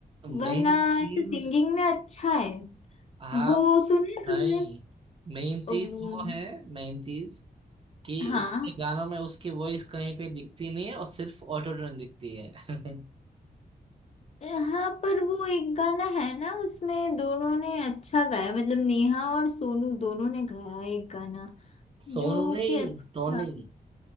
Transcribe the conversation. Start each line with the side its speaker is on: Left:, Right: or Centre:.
Left: वरना
Right: मेन चीज
Left: ऐसे सिंगिंग में अच्छा है
Right: आप
Left: वो सुने तुमने
Right: नहीं मेन चीज
Left: वो-
Right: वो है मेन चीज कि
Left: हाँ
Right: उसके गानों में उसकी वॉइस कहीं पे दिखती नहीं है और सिर्फ ऑटो ट्यून दिखती है <laughs>
Left: हाँ पर वो एक गाना है ना उसमें दोनों ने अच्छा गाया मतलब नेहा और सोनू दोनों ने गाया एक गाना
Right: सोनू
Left: जो
Right: नहीं
Left: कि अच्छा
Right: टोनी
Left: था